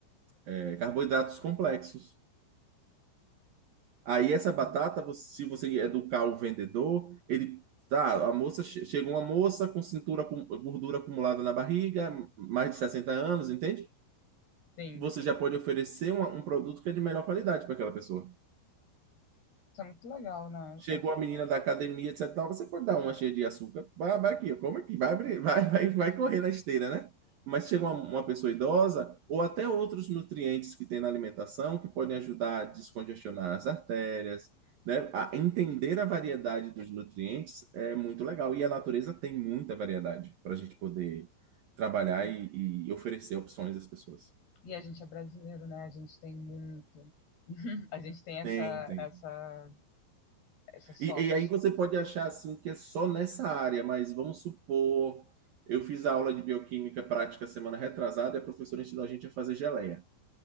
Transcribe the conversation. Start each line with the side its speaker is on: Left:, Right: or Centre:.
Right: eh, carboidratos complexos. Aí essa batata,
Left: Sim,
Right: você- se você educar o vendedor, ele tá, a moça che- chega uma moça com cintura com gordura acumulada na barriga, mais de 60 anos, entende?
Left: sim.
Right: Você
Left: sim.
Right: já pode oferecer uma- um produto que é de melhor qualidade para aquela pessoa.
Left: Isso é muito legal, né?
Right: Chegou
Left: Assim,
Right: a menina da academia, etc. e Tal, você pode dar uma cheia de açúcar, vai, vai aqui, ó, come aqui, vai, abrir, vai, vai, vai correr na esteira, né? Mas chega uma, uma pessoa idosa, ou até outros nutrientes que tem na alimentação, que podem ajudar a descongestionar as artérias, né? A entender a variedade dos nutrientes é muito legal. E a natureza tem muita variedade para a gente poder trabalhar e, e oferecer opções às pessoas.
Left: e a gente é brasileiro, né? A gente tem muito. <laughs> A gente tem essa,
Right: Tem, tem.
Left: essa, essa sorte.
Right: E, e aí você pode achar assim que é só nessa área, mas vamos supor, eu fiz a aula de bioquímica prática semana retrasada e a professora ensinou a gente a fazer geleia,